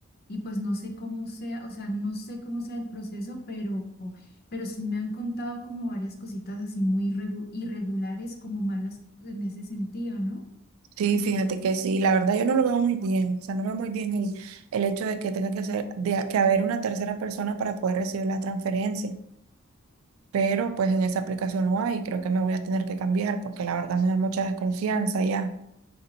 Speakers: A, on the left; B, on the right.
A: y pues no sé cómo sea, o sea, no sé cómo sea el proceso, pero, pero sí me han contado como varias cositas así muy irregu- irregulares, como malas en ese sentido, ¿no?
B: Sí, fíjate que sí, la verdad yo no lo veo muy bien, o sea, no veo muy bien el, el hecho de que tenga que ser, de, que haber una tercera persona para poder recibir la transferencia, pero pues en esa aplicación no hay, creo que me voy a tener que cambiar porque la verdad me da mucha desconfianza ya.